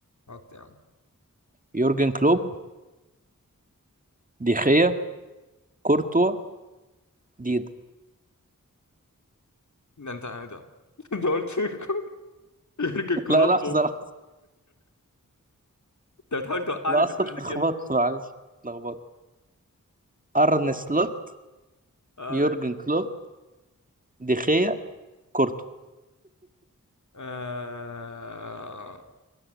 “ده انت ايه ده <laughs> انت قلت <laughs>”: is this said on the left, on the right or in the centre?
Left